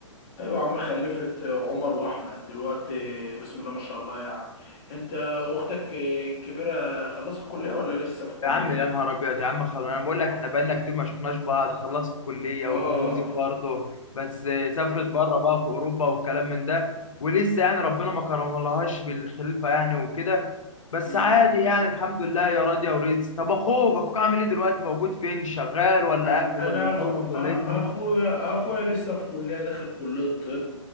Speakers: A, on the left (about 40°); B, on the left (about 80°).
A: ايوه يا عم خلفت عمر واحمد دلوقتي بسم الله ما شاء الله يعني انت اختك الكبيرة خلصت الكلية ولا لسه في الكلية
B: يا عم يا نهار ابيض يا عم خلاص انا بقول لك احنا بقالنا كتير ما شفناش بعض خلصت كليه
A: اه
B: واتجوزت برضه بس سافرت بره بقى في اوروبا والكلام من ده ولسه يعني ربنا ما كرمهالهاش بالخلفه يعني وكده بس
A: امم
B: عادي يعني الحمد لله يا راضيه ورزق طب اخوك اخوك عامل ايه دلوقتي موجود فين شغال ولا
A: انا
B: قاعد ولا
A: أخو...
B: متجوز
A: اخويا
B: ولا ايه دنيته؟
A: اخويا لسه في كليه داخل كليه طب